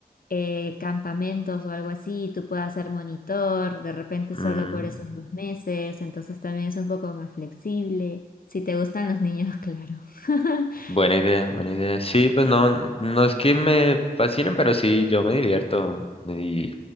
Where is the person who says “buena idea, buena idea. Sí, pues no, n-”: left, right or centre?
Left